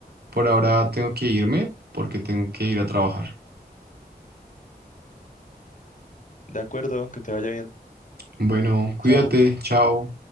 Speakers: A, on the right; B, on the left.
A: Por ahora tengo que irme porque tengo que ir a trabajar.
B: De acuerdo, que te vaya bien.
A: Bueno, cuídate,
B: Chao.
A: chao.